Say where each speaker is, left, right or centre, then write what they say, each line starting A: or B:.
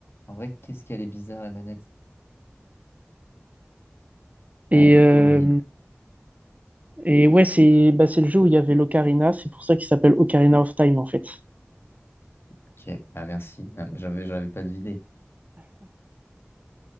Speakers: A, on the left; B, on the right.
A: En vrai, qu'est-ce qu'elle est bizarre la manette.
B: Et,
A: Ah, elle
B: euh,
A: est horrible.
B: et ouais, c'est bah, c'est le jeu où il y avait l'Ocarina. C'est pour ça qu'il s'appelle Ocarina of Time, en fait.
A: Ok. Ah, merci. Ah, J'avais, j'avais pas deviné.